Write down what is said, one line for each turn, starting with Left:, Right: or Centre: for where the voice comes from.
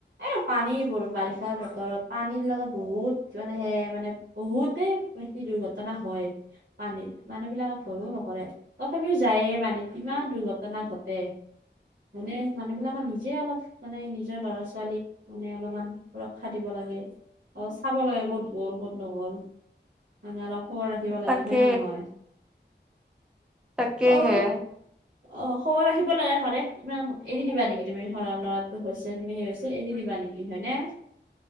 Right: এই পানী বোৰ, বাৰিষা বতৰত পানীৰ লগত বহুত কিমানে সে মানে- বহুতেই বেছি দুৰ্ঘটনা হয় পানীত, মানুহ বিলাকে ভয়ো নকৰে। তথাপিও যায়ে মানে কিমান দুৰ্ঘটনা ঘটে মানে মানুহ বিলাক। নিজে অলপ মানে নিজৰ ল'ৰা ছোৱালীক মানে অলপমান সুৰক্ষা দিব লাগে। অ' চাব লাগে ক'ত গ'ল ক'ত নগ'ল মানে অলপ খবৰ ৰাখিব থাকিব লাগে
Centre: তাকে
Right: হয় নে নহয়।
Centre: তাকে
Right: অ
Centre: হে।
Right: অ' খবৰ ৰাখিব লাগে সদাদ ইমান এৰি দিবা নেকি? তুমি সৰা ল'ৰাটো গৈছে তুমি সেই এৰি দিবা নেকি হয় নে?